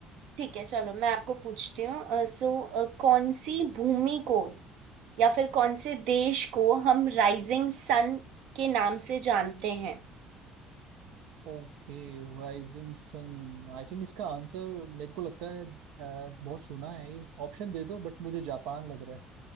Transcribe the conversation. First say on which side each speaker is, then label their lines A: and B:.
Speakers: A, on the right; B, on the right.
A: ठीक है चलो मैं आपको पूछती हूँ सो कौन सी भूमि को या फिर कौन से देश को हम राइजिंग सन के नाम से जानते हैं
B: Okay Rising sun I think इसका आंसर मेरे को लगता है अ, बहुत सुना है ये ऑप्शन दे दो बट मुझे जापान लग रहा है